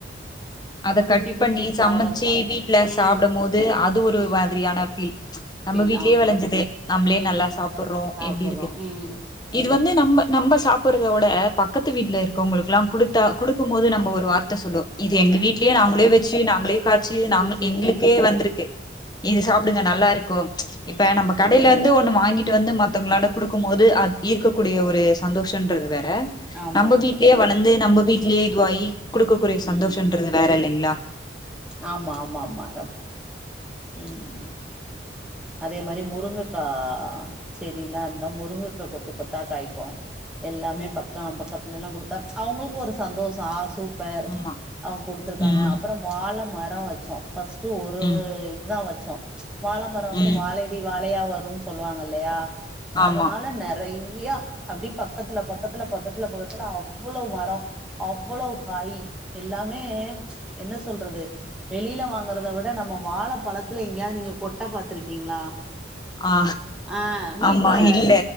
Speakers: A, on the left (about 20°); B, in the centre.
A: அத
B: குட்டி
A: கட்
B: குட்டி
A: பண்ணி சமைச்சு
B: பாவக்கா
A: வீட்டுல
B: ம்
A: சாப்பிடும் போது அது ஒரு
B: ம்
A: மாதிரியான ஃபீல் நம்ம
B: ஃபீல்
A: வீட்லேயே
B: ஆமா
A: விளைஞ்சது நம்மளே
B: ம்
A: நல்லா
B: ம்
A: சாப்பிடுறோம்
B: சாப்புட்றோ
A: எப்படி இருக்கு
B: ம்
A: வந்து நம்ம நம்ம சாப்பிடுறதோட பக்கத்து வீட்டுல இருக்கவங்களுக்கு எல்லாம் கொடுத்தா கொடுக்கும் போது நம்ம ஒரு வார்த்தை சொல்லூம் இது
B: ம்
A: எங்க வீட்லேயே நாங்களே வச்சி நாங்களே காச்சி
B: சேர்
A: நா
B: சேர்
A: எங்களுக்கே
B: ம்
A: வந்திருக்கு இது சாப்பிடுங்க நல்லா இருக்கு இப்ப
B: ம் ம்
A: நம்ம கடையிலிருந்து ஒண்ணுவாங்கிட்டு வந்து மத்தவங்களோட கொடுக்கும் போது அது இருக்கக்கூடிய ஒரு சந்தோஷம்ன்றது வேற
B: ஆமா
A: நம்ம வீட்லயே வளர்ந்து நம்ம வீட்லயே இதுவாயி கொடுக்கக்கூடிய
B: ம்
A: சந்தோசங்கறது
B: ம் ம்
A: வேற இல்லைங்களா
B: ஆமா ஆமா ஆமா ம் அதே மாதிரி முருங்கைக்கா செடியெல்லாம் இருந்தா முருங்கைக்காய் கொத்து கொத்தா காய்க்கும் எல்லாமே
A: ம்
B: பக்கம் பக்கத்துல எல்லாம் கொடுத்தா அவங்களுக்கும் ஒரு சந்தோஷம் ஆ சூப்ப
A: ஆமா
B: அவங்க கொடுத்துருக்காங்க
A: ம்
B: அப்புறம் வாழை மரம் வச்சோம் ஃபஸ்ட் ஒரு
A: ம்
B: இதுதான் வச்சோம் வாழை மரம் வந்து
A: ம்
B: வாழை அடி வாழையா வரும்னு சொல்லுவாங்க இல்லையா அதனால
A: ஆமா
B: நிறைய அப்படி பக்கத்துல பக்கத்துல அவ்வளவு மரம் அவ்வளவு காய் எல்லாமே என்ன சொல்றது வெளில வாங்கறத விட வாழை பழத்துல எங்கேயாவது நீங்க கொட்டை பாத்துருக்கீங்களா
A: ஆ
B: ஆ வீட்டு்ல
A: ஆமா இல்ல